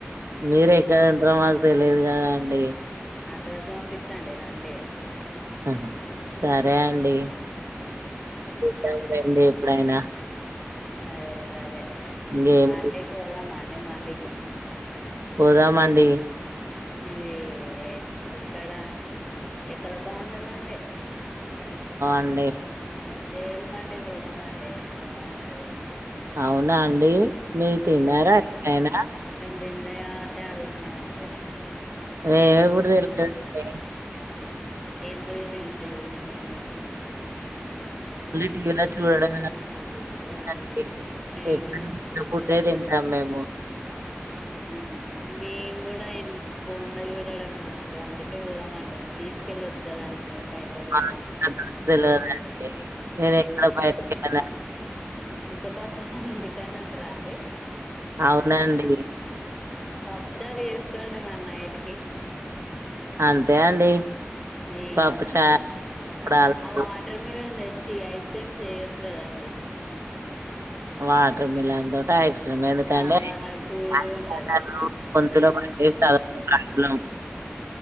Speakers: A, on the right; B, in the centre.
A: మీరెక్కడ ఉంటారో మాకు తెలియదు కదాండి.
B: అడ్రస్ పంపిస్తాండి రండి.
A: ఆహ్ సరే అండి పంపియండి ఎప్పుడైనా.
B: సరే సరే ఉమ్
A: ఇంకేం
B: మండికి పోదామా అండి మండికి.
A: పోదాం అండి.
B: ఏ. ఎక్కడ ఎక్కడ బాగుంటదండి.
A: అంటె.
B: జైల్మండికి పోదాం అండి బాగుంటది.
A: అవునా అండి మీర్ తిన్నారా ఎపుడైనా.
B: తిన్లె కాబట్టే అడుగుతున్నామ్ అండి.
A: నేను కూడ హెల్ప్ <unintelligible>
B: ఏందో <unintelligible> ఏంలే <unintelligible> అండి మీరు. ఓన్లీ త్రి
A: టీవీలో
B: టైమ్స్ ఎపుడైనా
A: చూడడమే
B: <unintelligible>
A: అండి ఎప్పుడు ఇంట్లో ఫుడ్డే తింటాం మేము
B: ఆహ్ ఏం <unintelligible> మేమ్ కూడా ఇన్ ఫోన్లో చూడడమే నండి అందుకే పోదామంటున్నా. తీసుకెళ్ళొచ్చు కదండి మీరు పైసలు పెట్టి.
A: మాకిక్కడ తెలవదండి నేను ఎక్కడ బయటకి వెళ్ళను
B: ముద్దపప్పులగ ఇంటికడ్నె ఉంటారా అండి.
A: అవునండి
B: పప్పుచారు. ఉండు మరి నైటికి.
A: అంతే అండి
B: ఏమంటండి
A: పప్పు చారు అప్పడాలు,
B: ఆవ్ వాటర్ మిలన్. చ్చి ఐస్ క్రీమ్స్ చేయెచ్చు కదండి.
A: వాటర్ మిలన్ తోటి ఐస్ క్రీమ్ ఎందుకండి
B: అవును మల్ల కూలుగా
A: ఐస్
B: ఉంటది.
A: వాటరు <unintelligible>